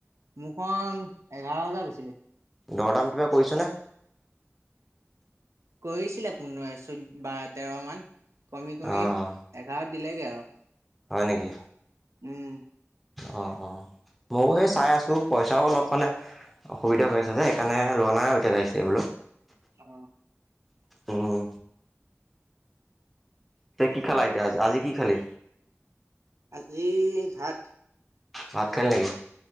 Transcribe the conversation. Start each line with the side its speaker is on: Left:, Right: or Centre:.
Right: মোৰখন এঘাৰ হাজাৰ লৈছিলে।
Centre: দৰদাম কিবা কৰিছনে?
Right: কৰিছিলে পোন্ধৰ চৈধ বাৰ তেৰ মান কমি, কমি
Centre: অঁ
Right: এঘাৰত দিলেগে আৰু।
Centre: হয় নেকি?
Right: উম।
Centre: অ'অ ময়ও সেই চাই আছো। পইচাও অলপ মানে অসুবিধা হৈ আছে যে সেইকাৰণে লোৱা নাই আৰু এতিয়া আহিছে বোলো।
Right: অ।
Centre: উম তে কি খেলা এতিয়া, আজি কি খালি?
Right: আজি ভাত।
Centre: ভাত খালি নেকি?